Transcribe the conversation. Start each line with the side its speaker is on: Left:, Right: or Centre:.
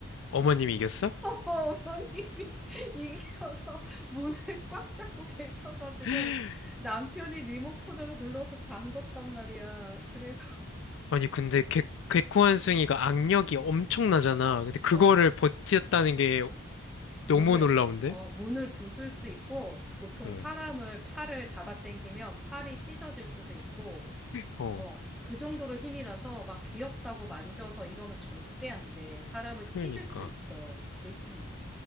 Left: 어머님이 이겼어?
Centre: 어머님이 <laughs> 이기어서 문을 꽉 잡고 계셔가지고
Left: <gasps> <laughs>
Centre: 남편이 리모컨으로 눌러서 잠궜단 말이야. 그래서
Left: 아니, 근데 개, 개코한승이가 악력이 엄청나잖아. 근데 그거를
Centre: 아,
Left: 버텼다는 게
Centre: 문을
Left: 너무 놀라운데?
Centre: 어, 문을 부술 수 있고 보통
Left: 어,
Centre: 사람을 팔을 잡아당기면 팔이 찢어질 수도 있고
Left: 어,
Centre: 어, 그 정도로 힘이라서 막 귀엽다고 만져서 이러면 절대 안 돼. 사람을
Left: 그러니까.
Centre: 찢을 수 있어. 그 힘이.